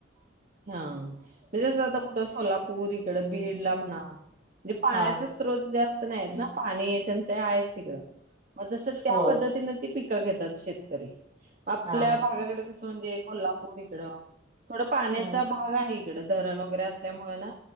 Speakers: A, on the right; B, on the right.
A: <unintelligible> म्ह आठं सोला पुरीकडें बीड ला म्हणा. म्हणजे पाण्याचा
B: हा
A: स्त्रोत जा. नाही ना पाणी टंचाई आहेच तिकडं. मग तस त्या
B: होय
A: पद्धतीनं ती पिक पीक घेतात शेतकरी आपल्या
B: हा
A: भागाकडे म्हणजे कोल्हापूर इकडं. थोडं पाण्या
B: हम्म
A: भाग आहे इकडं धरण वगैरे असल्यामुळे ना